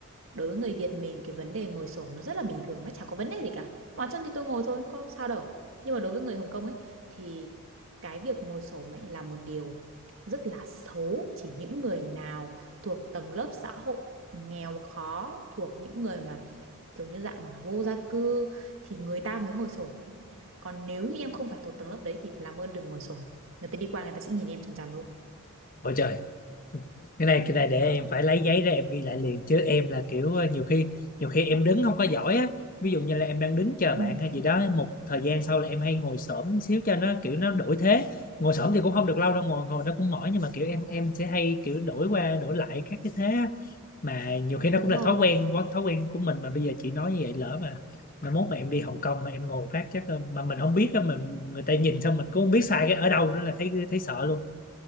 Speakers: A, on the right; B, on the left.
A: Đối với người Việt mình cái vấn đề ngồi xổm nó rất là bình thường, nó chả có vấn đề gì cả. Mỏi chân thì tôi ngồi thôi, có sao đâu. Nhưng mà đối với người Hồng Kông ấy thì cái việc ngồi xổm ấy là một điều rất là xấu, chỉ những người nào thuộc tầng lớp xã hội nghèo khó, thuộc những người mà kiểu như dạng là vô gia cư thì người ta mới ngồi xổm còn nếu như em không phải thuộc tầng lớp đấy thì làm ơn đừng ngồi xổm người ta đi qua người ta sẽ nhìn em chằm chằm luôn
B: Ủa trời. cái này cái này để em phải lấy giấy ra em ghi lại liền chứ em là kiểu ờ, nhiều khi nhiều khi em đứng không có giỏi á ví dụ như là em đang đứng chờ bạn
A: Ừ.
B: hay gì đó một thời gian sau là em hay ngồi xổm xíu cho nó kiểu nó đổi thế ngồi xổm thì cũng không được lâu đâu ngồi ngồi nó cũng mỏi nhưng mà kiểu em em sẽ hay kiểu đổi qua đổi lại các cái thế á. mà nhiều khi nó
A: đúng
B: cũng là
A: rồi
B: thói quen quá thói quen của mình mà bây giờ chị nói như vậy lỡ mà mà mốt mà em đi Hồng Kông mà em ngồi phát chắc ờ, mà mình không biết á mà người ta nhìn xong mình cũng không biết sai cái ở đâu nữa là thấy thấy sợ luôn